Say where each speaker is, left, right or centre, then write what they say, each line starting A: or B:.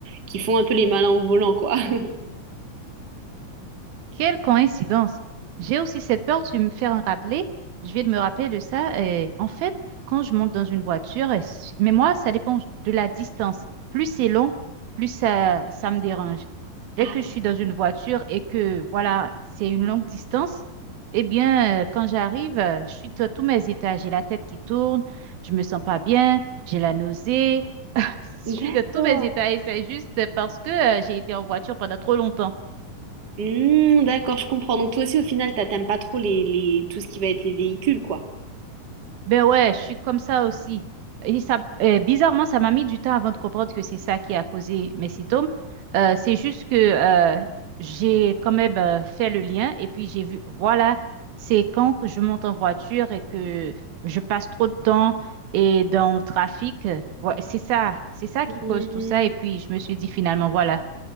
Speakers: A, on the right; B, on the right.
A: qui font un peu les malins au volant, quoi. <laughs>
B: Quelle coïncidence! J'ai aussi cette peur, tu me fais en rappeler. Je vais me rappeler de ça. Et en fait, quand je monte dans une voiture, et s- mais moi, ça dépend de la distance. Plus c'est long, plus ça, ça me dérange. Dès
A: Ah,
B: que je suis dans une voiture et que, voilà, c'est une longue distance, eh bien, euh, quand j'arrive, euh, je suis à tous mes états. J'ai la tête qui tourne, je me sens pas bien, j'ai la nausée. Je
A: d'accord.
B: suis de tous mes détails, c'est juste parce que euh, j'ai été en voiture pendant trop longtemps.
A: Hmm, d'accord, je comprends. Donc toi aussi, au final, t'as- t'aimes pas trop les, les... tout ce qui va être les véhicules, quoi.
B: Ben ouais, je suis comme ça aussi. Et ça, euh, bizarrement, ça m'a mis du temps avant de comprendre que c'est ça qui a causé mes symptômes. Euh, c'est juste que euh, j'ai quand même euh, fait le lien et puis j'ai vu, voilà, c'est quand que je monte en voiture et que je passe trop de temps et dans le trafic. euh, ouais, c'est ça, c'est ça
A: Hmm,
B: qui cause tout ça. Et puis je me suis dit finalement, voilà.